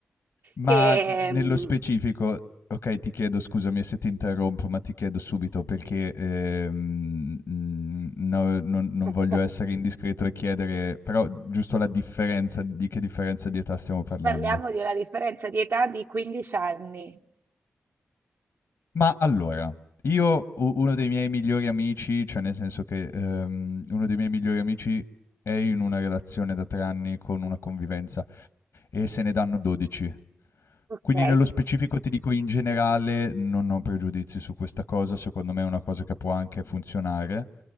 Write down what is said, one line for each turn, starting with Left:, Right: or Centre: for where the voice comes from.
Left: Ma
Right: che
Left: nello
Right: mm,
Left: specifico okay, ti chiedo scusami se ti interrompo, ma ti chiedo subito perché, ehm, mhmm, no non non
Right: <laughs>
Left: voglio essere indiscreto e chiedere però giusto la differenza di che differenza di età stiamo parlando?
Right: parliamo di una differenza di età di 15 anni,
Left: Ma allora, io u uno dei miei migliori amici, cioè nel senso che, ehm, uno dei miei migliori amici è in una relazione da 3 anni con una convivenza e se ne danno 12.
Right: ok?
Left: Quindi nello specifico ti dico in generale non ho pregiudizi su questa cosa, secondo me è una cosa che può anche funzionare.